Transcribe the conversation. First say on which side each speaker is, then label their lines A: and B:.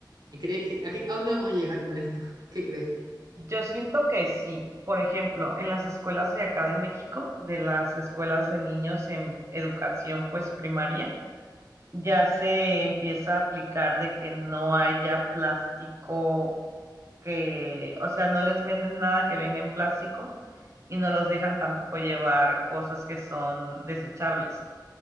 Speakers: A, on the right; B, on the right.
A: ¿crees que, a, qué- a dónde vamos a llegar con esto? <laughs> ¿Qué crees tú?
B: Yo siento que sí. Por ejemplo, en las escuelas de acá de México, de las escuelas de niños en educación pues primaria, ya se empieza a aplicar de que no haya plástico que, o sea, no les venden nada que venga en plástico y no los dejan tampoco llevar cosas que son desechables.